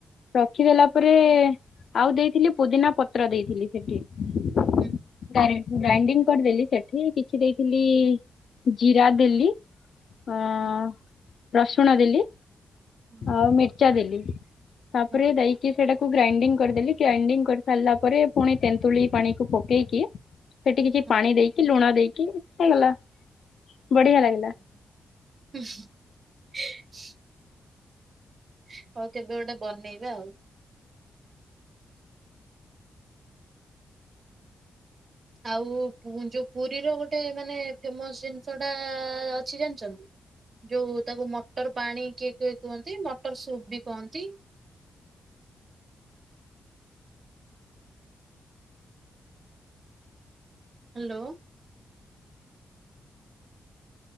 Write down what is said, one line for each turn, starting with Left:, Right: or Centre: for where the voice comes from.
Left: ରଖିଦେଲା ପରେ ଆଉ ଦେଇଥିଲି ପୁଦିନା ପତ୍ର ଦେଇଥିଲି। ସେଠି <unintelligible>
Right: ହୁଁ
Left: ଗାରେ ଗ୍ରାଇଡିଙ୍ଗ କରଦେଲି ସେଠି କିଛି ଦେଇଥିଲି ଜିରା ଦେଲି ଉଁ
Right: ହଁ
Left: ରସୁଣ ଦେଲି
Right: ହଁ।
Left: ଅ ମିର୍ଚ୍ଚା ଦେଲି ତାପରେ
Right: ହଁ
Left: ଦେଇିକି ସେଟା କୁ ଗ୍ରାଇଣ୍ଡିଙ୍ଗ କରିଦେଲି ଗ୍ରାଇଣ୍ଡିଙ୍ଗ କରି ସାରିଲା ପରେ ପୁଣି ତେନ୍ତୁଳି ପାଣିକୁ ପକେଇକି ସେଠିକି
Right: ହଁ
Left: ପାଣି ଦେଇକି ଲୁଣ ଦେଇକି, ହେଇଗଲା ବଢିଆ ଲାଗିଲା।
Right: <unintelligible> <unintelligible> ହଉ କେବେ ଗୋଟେ ବନେଇବା ଆଉ। ଆଉ ଯୋ ପୁରୀରେ ଗୋଟେ ମାନେ ଫେମସ୍ ଜିନିଷଟା ଅଛି ଜାଣିଚନ୍ତି? ଯୋଉ ତାକୁ ମଟର୍ ପାଣି କିଏ କିଏ କୁହନ୍ତି ମଟର ସୁପ୍ ବି କୁହନ୍ତି। ହାଲୋ।